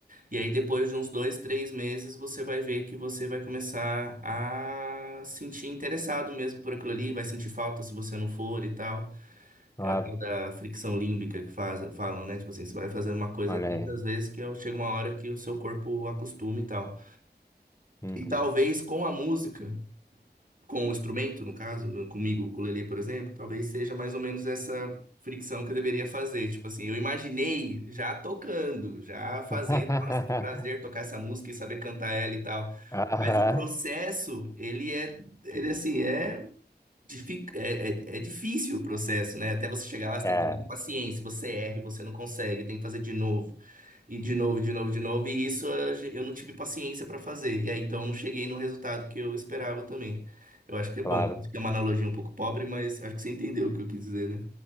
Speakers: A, on the right; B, on the left.
A: E aí, depois de uns dois, três meses, você vai ver que você vai começar a sentir interessado mesmo por aquilo ali, vai sentir falta se você não for e tal.
B: claro.
A: É a tal da fricção límbica que faz, falam, né? Tipo assim, você vai fazendo uma coisa
B: Olha
A: tantas
B: aí.
A: vezes que eu- chega uma hora que o seu corpo acostuma e tal.
B: Uhum.
A: E talvez com a música com o instrumento, no caso, comigo, o ukulele, por exemplo, talvez seja mais ou menos essa fricção que eu deveria fazer. Tipo assim, eu imaginei já tocando, já fazendo,
B: <laughs>
A: nossa, que prazer tocar essa música e saber cantar ela e tal.
B: Aham,
A: Mas o processo, ele é, ele assim, é, difi- é, é- é difícil o processo, né? Até você chegar lá, você
B: É,
A: tem que ter muita paciência, você erra e você não consegue, tem que fazer de novo. E de novo, de novo, de novo. E isso a gen- eu não tive paciência para fazer. E aí então eu não cheguei no resultado que eu esperava também. Eu acho que é bom,
B: claro.
A: é uma analogia um pouco pobre, mas acho que você entendeu o que eu quis dizer, né?